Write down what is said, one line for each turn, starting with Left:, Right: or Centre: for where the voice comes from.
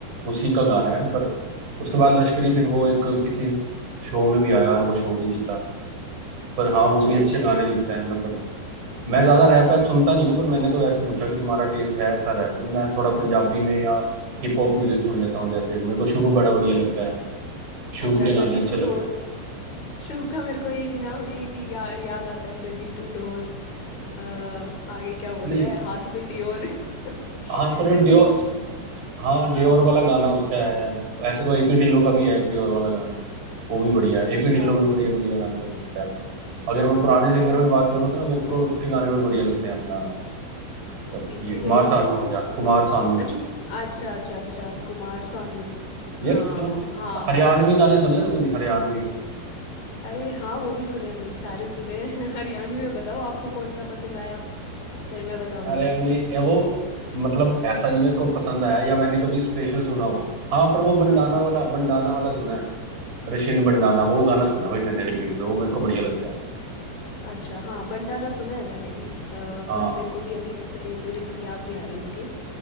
Right: उसी का गाना है पर उसके बाद लश्करी फिर वो एक किसी शो में भी आया और वो शो भी जीता पर हाँ वो
Left: अच्छा
Right: भी अच्छे
Left: ये
Right: गाने लिखता है मतलब मैं ज्यादा रैप
Left: हम्म,
Right: वैप सुनता नहीं हूँ पर मैंने तो वैसे पूछा कि तुम्हारा टेस्ट है ऐसा रैप में मैं थोड़ा पंजाबी में या हिप हॉप म्यूजिक सुन लेता हूँ जैसे मेरे को शुभ बड़ा बढ़िया लगता है शुभ
Left: अच्छा
Right: के गाने
Left: गड्डी
Right: अच्छे
Left: टू
Right: लगते
Left: डोर
Right: हैं
Left: शुभ का मेरे को एक ही नाम ये कि या, याद आता है गड्डी टू डोर अ, आगे क्या बोलता
Right: नहीं
Left: है हाथ में डियोर <laughs> ऐसे
Right: हाँ पर
Left: ऐसे
Right: डियोर
Left: कुछ कुछ
Right: हाँ डियोर
Left: हाँ
Right: वाला गाना उसका है ऐसे तो एपी ढिल्लो का भी है एक डियोर वाला गाना वो भी बढ़िया
Left: अच्छा
Right: है एपी ढिल्लो भी बढ़िया बढ़िया गाने कर सकता है अगर मैं पुराने
Left: अ,
Right: सिंगर में बात करूँ तो ना मेरे को उसके गाने भी बढ़िया लगते हैं अपना जब
Left: गिप्पी
Right: ये कुमार
Left: गरेवाल
Right: सानू हो गया कुमार सानू
Left: अच्छा अच्छा अच्छा अच्छा कुमार सानू
Right: यार
Left: हाँ
Right: तुम्हें
Left: हाँ
Right: हरियाणवी गाने सुने हैं तुमने हरियाणवी
Left: अरे हाँ वो भी सुने हैं भाई सारे सुने हैं <laughs> हरियाणवी में बताओ आपको कौन सा पसंद आया फिर मैं बताऊंगी
Right: हरियाणवी ये
Left: फिर
Right: वो मतलब ऐसा नहीं मेरे को पसंद आया या मैंने कभी स्पेशल सुना हो हाँ पर वो बंडाना
Left: हाँ हाँ
Right: वाला बंडाना वाला सुना है रशियन बंडाना वो गाना सुना है भाई मैंने रिपीट पे वो मेरे को बढ़िया लगता है
Left: अच्छा हाँ बंडाना सुना है मैंने भी अ,
Right: हाँ
Left: पर मेरे को भी अभी ऐसे लिरिक्स याद नहीं आ रहे उसके